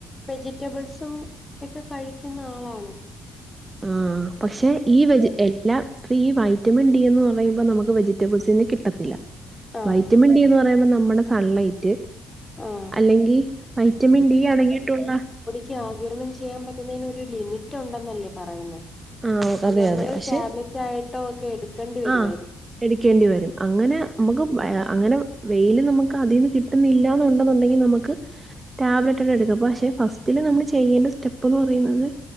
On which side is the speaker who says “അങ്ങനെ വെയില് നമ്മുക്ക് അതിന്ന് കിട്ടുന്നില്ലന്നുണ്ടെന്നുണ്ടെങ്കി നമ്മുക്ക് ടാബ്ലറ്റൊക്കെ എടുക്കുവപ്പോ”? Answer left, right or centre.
Right